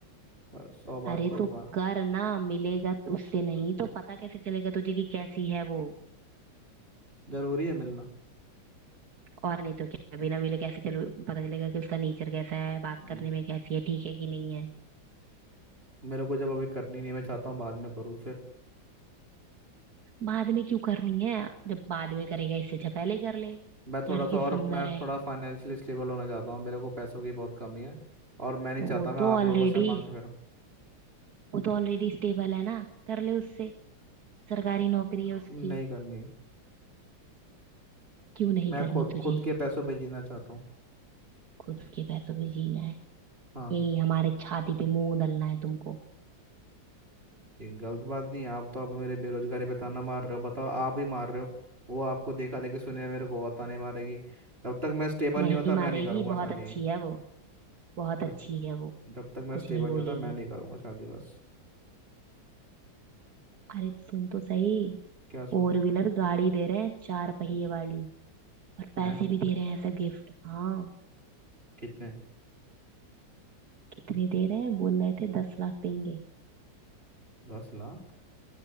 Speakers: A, on the right; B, on the right.
A: बस सौ बात
B: अरे
A: की एक
B: तो
A: बात
B: कर ना मिलेगा तो उससे नहीं तो पता कैसे चलेगा तुझे कि कैसी है वो
A: जरूरी है मिलना
B: और नहीं तो क्या बिना मिले कैसे चलो पता चलेगा कि उसका नेचर कैसा है बात
A: हम्म,
B: करने में कैसी है ठीक है कि नहीं है
A: मेरे को जब अभी करनी नहीं है, मैं चाहता हूँ बाद में करूँ फिर
B: बाद में क्यों करनी है जब बाद में करेगा इससे अच्छा पहले ही कर ले
A: मैं थोड़ा
B: लड़की
A: सा और
B: सुंदर
A: मैं
B: है
A: थोड़ा फाइनेंशियली स्टेबल होना चाहता हूँ मेरे को पैसों की बहुत कमी है और मैं नहीं चाहता
B: वो
A: मैं आप
B: तो ऑलरेडी
A: लोगों से मांगते फिर
B: वो तो ऑलरेडी स्टेबल है ना कर ले उससे सरकारी नौकरी है उसकी
A: नहीं करनी
B: क्यों नहीं
A: मैं
B: करनी
A: खुद
B: तुझे
A: खुद के पैसों पे जीना चाहता हूँ
B: खुद के पैसों पे जीना है
A: हाँ
B: यही हमारे छाती पे मूंग दलना है तुमको
A: ये गलत बात नहीं है आप तो आप मेरे बेरोजगारी पे ताना मार रहे हो बताओ आप ही मार रहे हो वो आपको देखा देखी सुने मेरे को और ताने मारेगी जब तक मैं स्टेबल
B: नहीं
A: नहीं होता
B: मारेगी
A: मैं नहीं करूँगा
B: बहुत
A: शादी
B: अच्छी है वो बहुत
A: जब
B: अच्छी है वो
A: जब तक मैं
B: कुछ
A: स्टेबल
B: नहीं बोलेगी
A: नहीं होता मैं नहीं करूँगा शादी बस
B: अरे सुन तो सही
A: क्या सुनूं
B: फोर व्हीलर गाड़ी दे रहे हैं चार पहिए वाली और पैसे
A: हैं
B: भी दे रहे हैं ऐसा गिफ्ट हाँ
A: कितने
B: कितने दे रहे हैं बोल रहे थे दस लाख देंगे
A: दस लाख